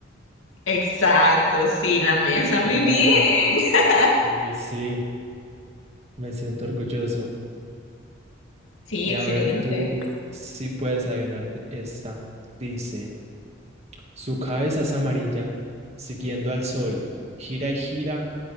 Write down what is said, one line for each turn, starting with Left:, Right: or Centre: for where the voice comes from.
Left: Exacto, sí, la mesa, muy
Right: Bien.
Left: bien. <laughs>
Right: Uy, sí, me siento orgulloso.
Left: Sí,
Right: Y
Left: excelente.
Right: a ver, tú sí puedes adivinar de- esta. Dice, su cabeza es amarilla, siguiendo al sol, gira y gira.